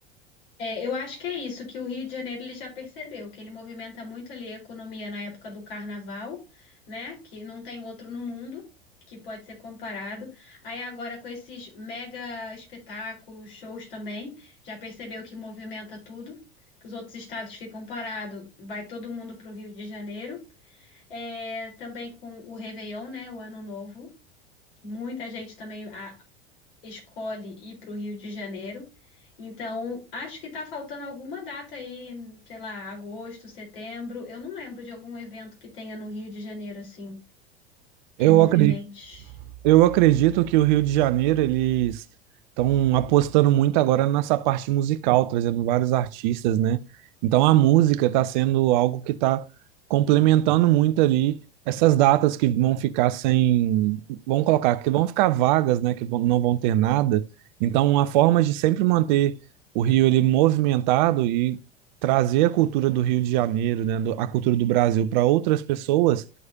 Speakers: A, on the left; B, on the right.
A: É, eu acho que é isso, que o Rio de Janeiro ele já percebeu, que ele movimenta muito ali a economia na época do carnaval, né? Que não tem outro no mundo que pode ser comparado. Aí agora com esses mega espetáculos, shows também, já percebeu que movimenta tudo, que os outros estados ficam parados, vai todo mundo para o Rio de Janeiro. É, também com o Réveillon, né? O Ano Novo. Muita gente também a- escolhe ir para o Rio de Janeiro. Então, acho que está faltando alguma data aí, sei lá, agosto, setembro. Eu não lembro de algum evento que tenha no Rio de Janeiro, assim,
B: Eu
A: que movimente.
B: acredito Eu acredito que o Rio de Janeiro, eles estão apostando muito agora nessa parte musical, trazendo vários artistas, né? Então a música está sendo algo que está complementando muito ali essas datas que vão ficar sem, vamos colocar, que vão ficar vagas, né? Que vão- não vão ter nada. Então a forma de sempre manter o Rio ele movimentado e trazer a cultura do Rio de Janeiro, né? do- A cultura do Brasil para outras pessoas